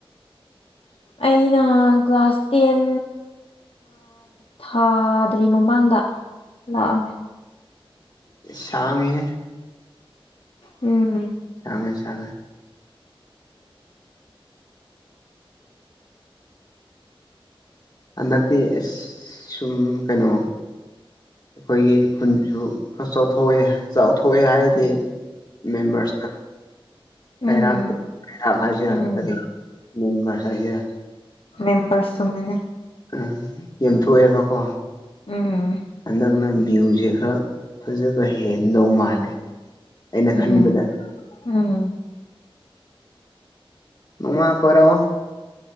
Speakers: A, on the left (about 70°); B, on the left (about 45°).
A: ꯑꯩꯅ ꯀ꯭ꯂꯥꯁ ꯇꯦꯟ ꯊꯥꯗ꯭ꯔꯤ ꯃꯃꯥꯡꯗ ꯂꯛ ꯑꯝ ꯃꯦ
B: ꯁꯉꯦ
A: ꯎꯝ
B: ꯆꯃꯦ ꯊ ꯍꯟꯗꯛꯇꯤ ꯑꯁ ꯁꯨꯝ ꯀꯩꯅꯣ ꯑꯩꯈꯣꯏꯒꯤ ꯈꯨꯟꯁꯨ ꯈꯔ ꯆꯥꯎꯊꯣꯛꯑꯦ ꯆꯥꯎꯊꯣꯛꯑꯦ ꯍꯥꯏꯔꯗꯤ ꯃꯦꯝꯔꯁꯇ
A: ꯎꯝ
B: ꯀꯩꯔꯥꯛ ꯀꯔꯥꯛ ꯍꯥꯏꯁꯤꯔꯥ
A: ꯎꯝ
B: ꯀꯔꯤ ꯃꯦꯝꯕꯔꯁ ꯍꯥꯏꯁꯤꯔꯥ
A: ꯃꯦꯝꯕꯔꯁꯅꯦ
B: ꯑ ꯌꯦꯝꯊꯣꯛꯑꯦꯕꯀꯣ
A: ꯎꯝ
B: ꯑꯟꯗꯒꯅ ꯚ꯭ꯌꯨꯁꯦ ꯈꯔ ꯐꯖꯕ ꯍꯦꯟꯗꯧ ꯃꯥꯜꯂꯦ ꯑꯩꯅ
A: ꯎꯝ
B: ꯈꯟꯕꯗ
A: ꯎꯝ
B: ꯃꯥ ꯀꯣꯔꯔꯣ